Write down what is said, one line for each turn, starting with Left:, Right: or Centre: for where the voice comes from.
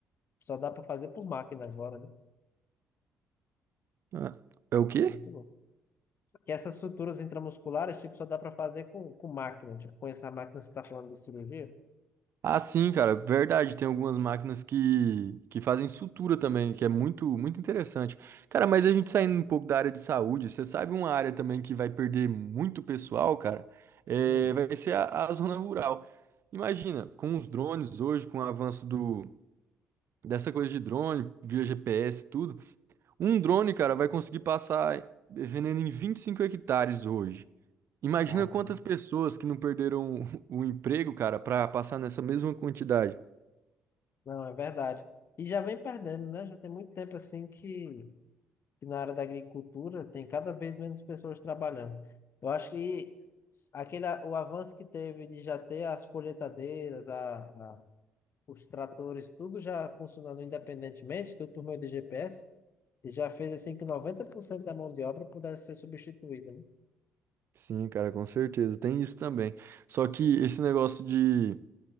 Left: só dá para fazer por máquina agora, né?
Right: ah, é o quê?
Left: Muito louco. Que essas suturas intramusculares, tipo, só dá para fazer com, com máquina. Tipo, com essa máquina você tá falando de cirurgia?
Right: Ah, sim, cara, verdade. Tem algumas máquinas que, que fazem sutura também, que é muito, muito interessante. Cara, mas a gente saindo um pouco da área de saúde, você sabe uma área também que vai perder muito pessoal, cara? É,
Left: Hum,
Right: vai ser a, a zona rural. Imagina, com os drones hoje, com o avanço do, dessa coisa de drone, via GPS, e tudo, um drone, cara, vai conseguir passar veneno em 25 hectares hoje. Imagina
Left: caramba.
Right: quantas pessoas que não perderam o o emprego, cara, para passar nessa mesma quantidade.
Left: Não, é verdade. E já vem perdendo, né? Já tem muito tempo assim que, que na área da agricultura tem cada vez menos pessoas trabalhando. Eu acho que aquele, a- o avanço que teve de já ter as colheitadeiras, a, os tratores, tudo já funcionando independentemente, tudo por meio de GPS, e já fez assim que 90% da mão de obra pudesse ser substituída, né?
Right: Sim, cara, com certeza. Tem isso também. Só que esse negócio de,